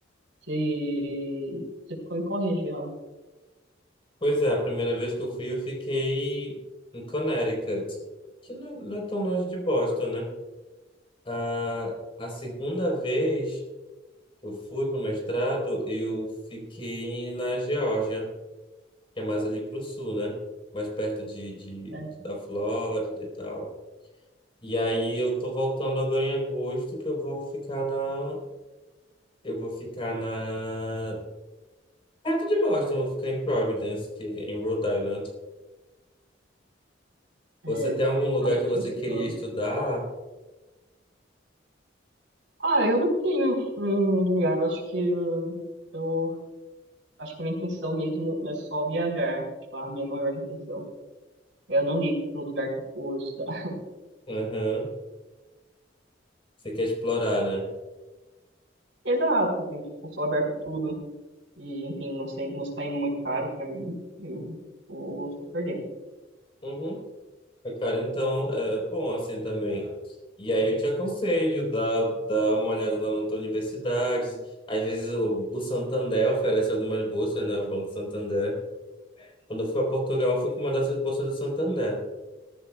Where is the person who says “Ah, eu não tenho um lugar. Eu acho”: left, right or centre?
Right